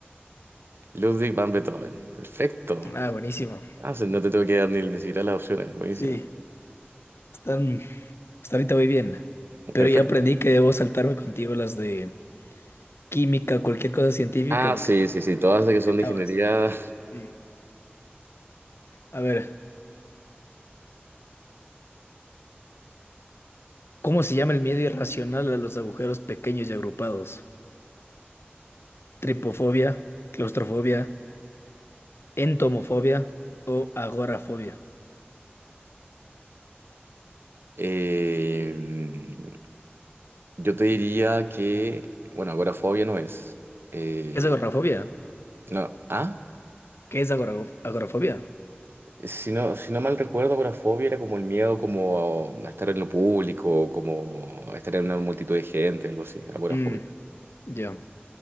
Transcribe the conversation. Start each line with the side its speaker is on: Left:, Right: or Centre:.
Right: Ludwig van Beethoven. Perfecto.
Left: Ah, buenísimo.
Right: Ah, o sea, no te tengo que dar ni, ni siquiera las opciones. Buenísima.
Left: Sí, están, hasta ahorita voy bien. Pero
Right: Perfecto.
Left: ya aprendí que debo saltarme contigo las de química, cualquier cosa científica,
Right: Ah,
Left: porque
Right: sí, sí, sí, todas las que
Left: me
Right: son
Left: acabas.
Right: de ingeniería.
Left: Sí. A ver, ¿cómo se llama el miedo irracional a los agujeros pequeños y agrupados? ¿Tripofobia, claustrofobia, entomofobia o agorafobia?
Right: <laughs> eh, yo te diría que, bueno, agorafobia no es. Eh,
Left: ¿Qué es agorafobia?
Right: no, ah,
Left: ¿Qué es agora- agorafobia?
Right: si no, si no mal recuerdo, agorafobia era como el miedo como a estar en lo público, como a estar en una multitud de gente, algo así, agorafobia.
Left: Mm, ya.